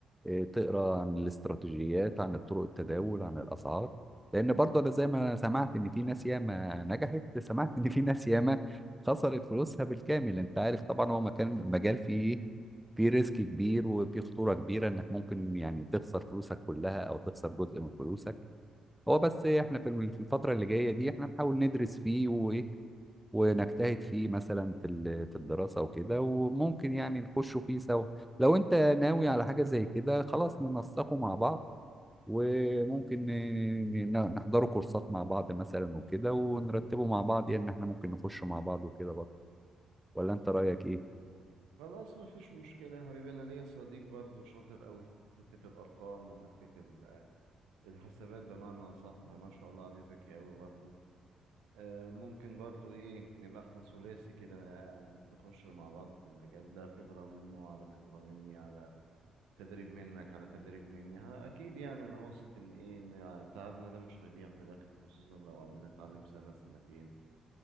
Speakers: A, in the centre; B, on the right.
A: آه، تقرأ عن الاستراتيجيات عن طرق التداول عن الأسعار لأن برضه أنا زي ما سمعت إن في ناس ياما نجحت سمعت إن في ناس ياما خسرت فلوسها بالكامل أنت عارف طبعا هو مكان مجال فيه إيه في ريسك كبير وفي خطورة كبيرة إنك ممكن يعني تخسر فلوسك كلها أو تخسر جزء من فلوسك هو بس إيه، احنا في الم- في الفترة اللي جاية دي احنا نحاول ندرس فيه وايه ونجتهد فيه مثلا في ال- في الدراسة وكده وممكن يعني نخشوا فيه سوا لو انت ناوي على حاجة زي كده خلاص ننسقه مع بعض وممكن ن- ن- نحضروا كورسات مع بعض مثلا وكده ونرتبه مع بعض يعني ان احنا ممكن نخش مع بعض وكده برضه ولا انت رأيك ايه؟
B: خلاص ما فيش مشكلة يا حبيبي انا ليا صديق برضه شاطر قوي في حتة الارقام وحتة ال- الحسابات بمعنى اصح ما شاء الله عليه ذكي قوي برضه آه ممكن برضه ايه نبقى احنا ثلاثي كده آه، نخش مع بعض في المجال ده خبرة منه على خبرة مني على تدريب منك على تدريب مني ها- اكيد يعني انا واثق ان ايه ان تعبنا ده مش هيضيع في الاخر خصوصا لو قعدنا نتعلم سنة سنتين